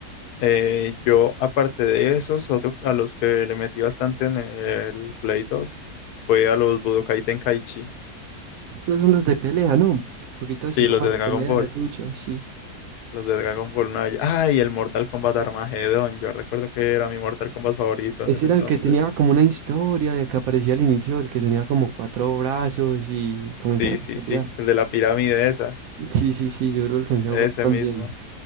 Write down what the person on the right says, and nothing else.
Estos son los de pelea, ¿no? Jueguitos
así como
de
pelea,
de lucha, sí.
Ese
era
el que tenía como una historia de que aparecía al inicio, el que tenía como cuatro brazos y comenzaban
a
pelear.
Sí, sí, sí, yo lo alcancé
a jugar también,